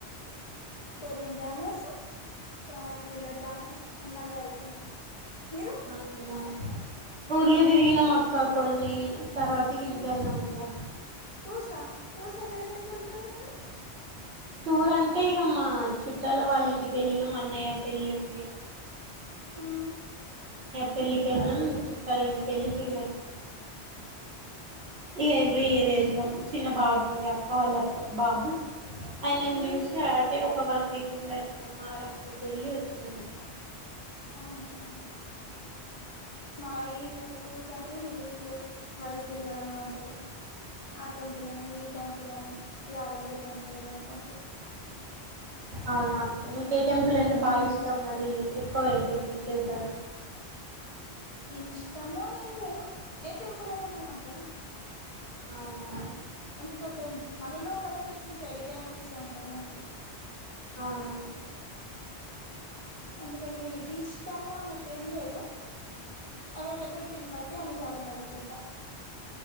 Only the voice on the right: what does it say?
అవునా ఊర్లు దిరిగినం అక్క కొన్ని తర్వాత
ఇంట్లోనే ఉన్నాం
టూర్ అంటే ఇకమ్మా చుట్టాల వాళ్ళ ఇంటికీ వెళ్ళినం అన్నయ్య పెళ్లి ఉండే
పెళ్ళలి కెళ్ళినం చుట్టాల ఇంటికెళ్ళి తిరిగి వచ్చి ఇక ఎవ్రీ ఇయర్ వెళ్తాం చిన్న బాబు ఉంది అక్క వాళ్ళప్ప బాబు అయినను
చూసి అటే ఒక వన్ వీక్ ఉండి వచ్చినాము మహారాష్ట్రకి వెళ్ళి వచ్చినాము ఒక
అవునా మీకు ఏ టెంపుల్
అంటే బాగా ఇష్టం మరి ఎక్కువ ఏ టెంపుల్ కెళ్తారు
అవున
అవునూ